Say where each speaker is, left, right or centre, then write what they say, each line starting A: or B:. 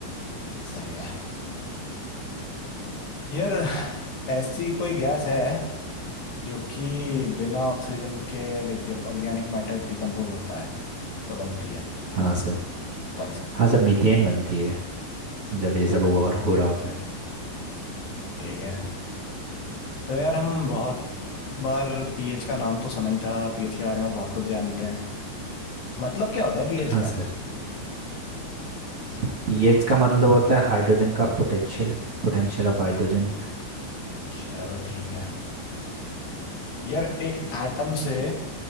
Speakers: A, on the left (about 65°); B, on the right (about 45°).
A: सही है यार ऐसी कोई गैस है जो कि बिना ऑक्सीजन के लाइक जब ऑर्गेनिक मैटर डिकम्पोज होता है तो बनती है
B: हाँ सर
A: कौन सी
B: हाँ सर मीथेन बनती है जब ये सब ओवर हो रहा होता है
A: ठीक है तो यार हम बहुत बार पीएच का नाम तो सुना ही था पीएच के बारे में बहुत कुछ जानते हैं मतलब क्या होता है पीएच
B: हाँ
A: का
B: सर सर पीएच का मतलब होता है हाइड्रोजन का potential potential of hydrogen
A: चलो ठीक है यार एक एटम से